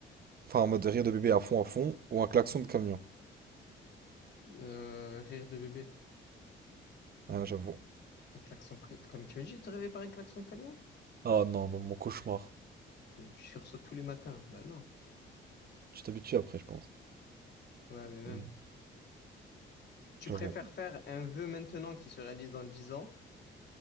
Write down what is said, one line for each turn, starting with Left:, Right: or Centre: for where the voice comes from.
Right: Enfin, en mode de rire de bébé à fond, à fond, ou un klaxon de camion.
Left: Euh, rire de bébé.
Right: Ah, j'avoue.
Left: Un klaxon que- comme tu imagines te réveiller par un klaxon de camion?
Right: Ah non, mon, mon cauchemar.
Left: Et tu sursautes tous les matins. Bah non.
Right: Tu t'habitues après, je pense.
Left: Ouais, mais même.
Right: Mm.
Left: Tu
Right: J'avoue.
Left: préfères faire un vœu maintenant qui se réalise dans 10 ans